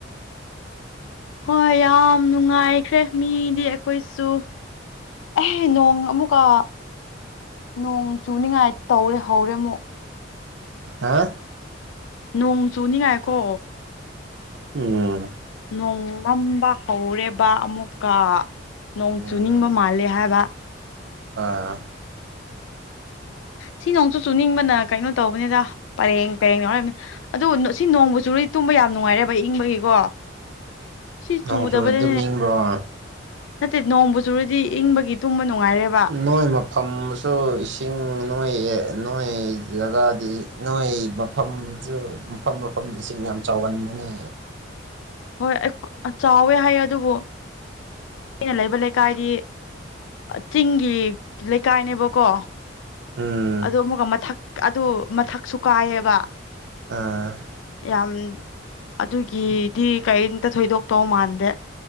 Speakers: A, on the left; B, on the right.
A: ꯍꯣꯏ ꯌꯥꯝ ꯅꯨꯡꯉꯥꯏꯈ꯭ꯔꯦ ꯃꯤꯗꯤ ꯑꯩꯈꯣꯏꯁꯨ ꯑꯦꯍ ꯅꯣꯡ ꯑꯃꯨꯛꯀ ꯅꯣꯡ ꯆꯨꯅꯤꯉꯥꯏ ꯇꯧꯔꯦ ꯍꯧꯔꯦ ꯑꯃꯨꯛ
B: ꯍꯥꯥ
A: ꯅꯣꯡ ꯆꯨꯅꯤꯡꯉꯥꯏꯀꯣ
B: ꯎꯝ
A: ꯅꯣꯡ ꯃꯝꯕ ꯍꯧꯔꯦꯕ ꯑꯃꯨꯛꯀ ꯅꯣꯡ
B: ꯎꯝ
A: ꯆꯨꯅꯤꯡꯕ ꯃꯥꯜꯂꯦ ꯍꯥꯏꯕ
B: ꯑꯥ
A: ꯁꯤ ꯅ‌ꯣꯡꯁꯨ ꯆꯨꯅꯤꯡꯕꯅ ꯀꯩꯅꯣ ꯇꯧꯕꯅꯤꯗ ꯄꯔꯦꯡ ꯄꯔꯦꯡ ꯌꯥꯎꯔꯝ ꯑꯗꯨ ꯅ ꯁꯤ ꯅꯣꯡꯕꯨ ꯆꯨꯔꯗꯤ ꯇꯨꯝꯕ ꯌꯥꯝ ꯅꯨꯡꯉꯥꯏꯔ‌ꯦꯕ ꯏꯪꯕꯒꯤꯀꯣ ꯁꯤ
B: ꯅꯣꯡ
A: ꯆꯨꯗꯕꯅꯦ
B: ꯆꯨꯔꯗꯤ ꯑꯗꯨꯝ ꯏꯪꯕ꯭ꯔꯣ
A: ꯅꯠꯇꯦ ꯅꯣꯡꯕꯨ ꯆꯨꯔꯗꯤ ꯏꯪꯕꯒꯤ ꯇꯨꯝꯕ ꯅꯨꯡꯉꯥꯏꯔꯦꯕ
B: ꯅꯣꯏ ꯃꯞ ꯐꯝꯃꯁꯨ ꯏꯁꯤꯡ ꯅꯣꯏ ꯅꯣꯏ ꯖꯒꯥꯗꯤ ꯅꯣꯏ ꯃꯞ ꯐꯝꯖꯨ ꯃꯐꯝ ꯃꯐꯝꯗ ꯏꯁꯤꯡ ꯌꯥꯝ ꯆꯥꯎꯒꯟꯕꯅꯦ
A: ꯍꯣꯏ ꯑꯩ ꯆꯥꯎꯋꯦ ꯍꯥꯏꯌꯦ ꯑꯗꯨꯕꯨ ꯑꯩꯅ ꯂꯩꯕ ꯂꯩꯀꯥꯏꯗꯤ ꯆꯤꯡꯒꯤ ꯂꯩꯀꯥꯏꯅꯦꯕꯀꯣ
B: ꯎꯝ
A: ꯑꯗꯨ ꯑꯃꯨꯛꯀ ꯃꯊꯛ ꯑꯗꯨ ꯃꯊꯛꯁꯨ ꯀꯥꯏꯌ‌ꯦꯕ
B: ꯑꯥ
A: ꯌꯥꯝ ꯑꯗꯨꯒꯤꯗꯤ ꯀꯔꯤꯝꯇ ꯊꯣꯏꯗꯣꯛꯇꯧ ꯃꯥꯟꯗꯦ